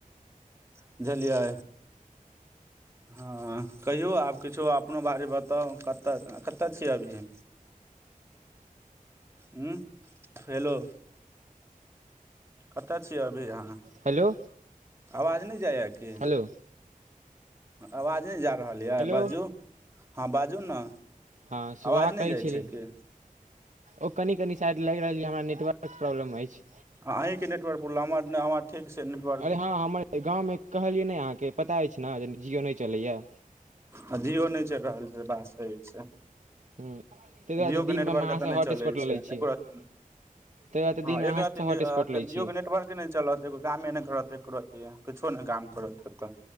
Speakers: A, on the right (about 20°); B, on the right (about 55°).
A: बुझलियै हँ कहियौ आब किछो अपनो बारे बताउ कतय कतय छियै अभी हुॅं हेलो कतऽ छियै अभी अहाँ
B: हेलो
A: आवाज नै जाये कि
B: हलो
A: आवाज नै जा रहल
B: हेलो
A: यऽ बाजू हँ बाजू ने
B: हँ सुबह
A: आवाज नै
B: कहै
A: जाइ
B: छली
A: छै कि
B: ओ कनि कनि साइड लैग रहल यए हमरा नेटवर्क प्रॉब्लम अछि
A: अहीके नेटवर्कपुरल हमर नै हमर ठीक से नी <unintelligible>
B: अरे हँ हमर गामवमे कहलियै नै अहाँके पता अछि ने जे जिओ नै चलैए
A: अ जियो नै चैल रहल छै बात सही छै
B: ताहि दुआरे
A: अ जीयो
B: तऽ
A: के
B: दिनमे
A: नेटवर्क
B: हम अहाँसँ
A: एतऽ नै
B: हॉटस्पॉट
A: छै
B: लऽ लै छी
A: एको
B: ताहि
A: रती नै
B: दुआरे तऽ दिनमे
A: ह‌ एक
B: अहाँसँ
A: जियओ
B: हॉटस्पॉट लै छी
A: के नेटवर्के नै चलत एगो कामे नै करत एको रती किछो नै काम करत एतऽ